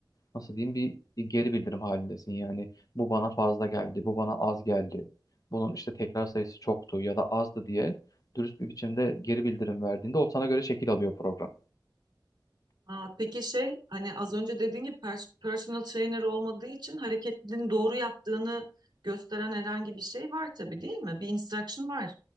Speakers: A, on the left; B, on the right.
A: nasıl diyeyim bir, bir geri bildirim halindesin. Yani bu bana fazla geldi, bu bana az geldi. Bunun işte tekrar sayısı çoktu ya da azdı diye dürüst bir biçimde geri bildirim verdiğinde o sana göre şekil alıyor program.
B: Aa, peki şey hani az önce dediğin gibi pers- personal trainer olmadığı için hareketlerini doğru yaptığını gösteren herhangi bir şey var tabii değil mi? Bir instruction var.